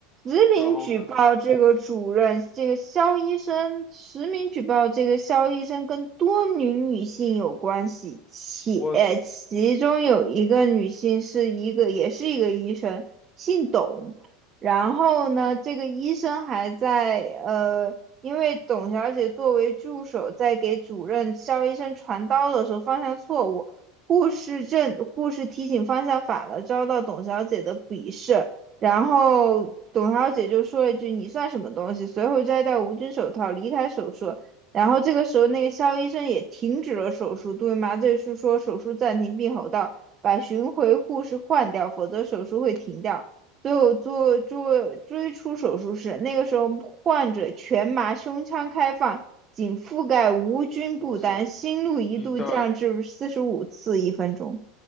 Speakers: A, on the right; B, on the left.
A: 实名举报这个主任，
B: 然后呢？
A: 这个肖医生，实名举报这个肖医生跟多名女性有关系，且其中有一个女性是一个，
B: 我
A: 也是一个医生，姓董。然后呢，这个医生还在呃，因为董小姐作为助手，在给主任肖医生传刀的时候方向错误，护士证护士提醒方向反了，遭到董小姐的鄙视。然后董小姐就说了一句：“你算什么东西？”随后摘掉无菌手套，离开手术。然后这个时候，那个肖医生也停止了手术，对麻醉师说：“手术暂停，并吼道：‘把巡回护士换掉，否则手术会停掉。’”最后做做追出手术室，那个时候患者全麻，胸腔开放，仅覆盖无菌布单，
B: 哇塞，
A: 心率一度降至四十五次一分钟，
B: 你到底？